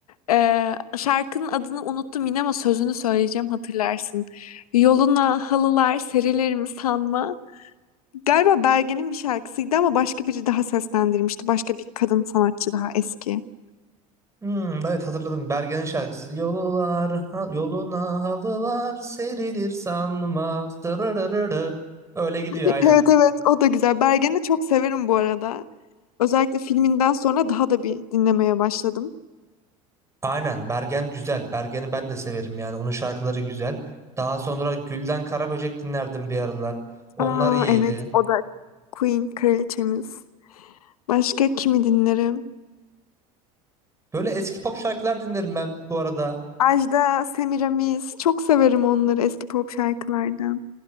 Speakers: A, on the left; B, on the right.
A: Ee, şarkının adını unuttum yine ama sözünü söyleyeceğim hatırlarsın. Yoluna halılar serilerim sanma. Galiba Bergen'in bir şarkısıydı ama başka biri daha seslendirmişti. Başka bir kadın sanatçı daha eski. <laughs>
B: Hmm, evet hatırladım. Bergen'in şarkısı. Yollar, ha- yoluna halılar serilir sanma. Dırırırırı. Öyle gidiyor
A: Evet
B: aynen.
A: evet o da güzel. Bergen'i de çok severim bu arada. Özellikle filminden sonra daha da bir dinlemeye başladım.
B: Aynen Bergen güzel. Bergen'i ben de severim yani. Onun şarkıları güzel. Daha sonra Gülden Karaböcek dinlerdim bir aralar. Onlar
A: Aa
B: iyiydi.
A: evet o da Queen kraliçemiz. Başka kimi dinlerim?
B: Böyle eski pop şarkılar dinlerim ben bu arada.
A: Ajda, Semiramis. Çok severim onları eski pop şarkılardan.